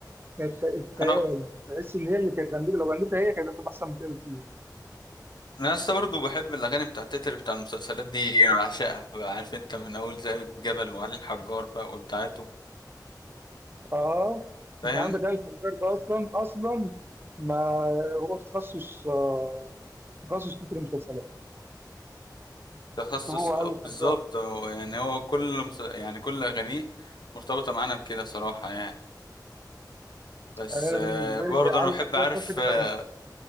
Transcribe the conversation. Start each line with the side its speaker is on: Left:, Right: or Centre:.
Right: كانت خ- خيال
Left: انا
Right: تحس ان هي اللي كانت غنيتها لو غنيتها هي كانت هتبقى احسن من كده بكتير
Left: انا لسه برضه بحب الاغاني بتاع التتر بتاع المسلسلات دي انا بعشقها بقى عارف انت من اول ذئاب الجبل وعلي الحجار بقى وابداعاته
Right: اه
Left: فاهم
Right: انت عندك آل الحجار ده اصلا اصلا ما هو تخصص آه، تخصص في المسلسلات
Left: تخصص
Right: هو
Left: آه،
Right: علي الحجار
Left: بالظبط هو- يعني هو كل مس... يعني كل اغانيه مرتبطه معانا بكده صراحه يعني بس
Right: يعني انا
Left: آه،
Right: بالنسبه
Left: برضه
Right: لي علي
Left: انا بحب
Right: الحجار
Left: عارف
Right: ده في حته
Left: آه،
Right: ثانيه